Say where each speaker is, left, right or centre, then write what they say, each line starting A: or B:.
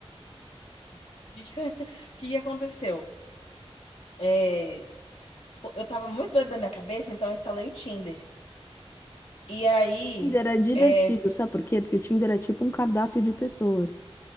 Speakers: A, on the left; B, on the left.
A: <laughs> O que que aconteceu? É, eu tava muito doida da minha cabeça, então eu instalei o Tinder. E aí.
B: Tinder é divertido,
A: É.
B: sabe por quê? Porque o Tinder é tipo um cardápio de pessoas.